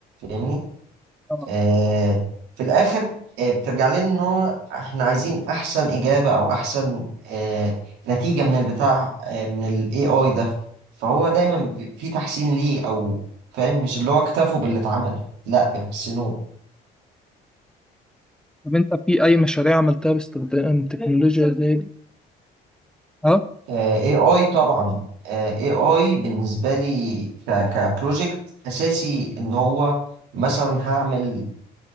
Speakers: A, on the right (about 85°); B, in the centre.
A: فاهمني
B: اه
A: آه، في الآخر آه، بترجع لنا إن هو إحنا عايزين أحسن إجابة أو أحسن آه، نتيجة من البتاع آه، من ال AI ده فهو دايما بي- في تحسين ليه أو فاهم مش اللي هو اكتفوا باللي اتعمل لا بيحسنوه
B: طب انت في اي مشاريع عملتها باستخدام تكنولوجيا زي دي؟ اه
A: آه، AI طبعا آه، AI بالنسبة لي كبروجكت أساسي إن هو مثلا هعمل